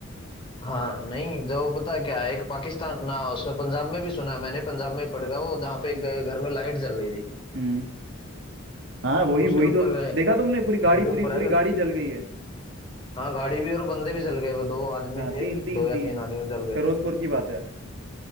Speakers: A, on the left; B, on the right.
A: हाँ नहीं जो पता है क्या है, एक पाकिस्तान ना उसमें पंजाब में भी सुना है मैंने पंजाब में ही पड़ गया वो जहाँ पे एक घर में लाइट जल रही थी
B: हम्म हाँ वही
A: उसके
B: वही
A: ऊपर
B: तो
A: गए
B: देखा तुमने पूरी
A: घर
B: गाड़ी
A: के
B: पूरी
A: ऊपर
B: पूरी
A: आ गए
B: गाड़ी जल गई है
A: हाँ गाड़ी भी और बंदे भी जल गए वो दो आदमी
B: हाँ
A: थे
B: तीन तीन
A: दो या
B: तीन
A: तीन आदमी जल गए
B: फिरोजपुर की बात है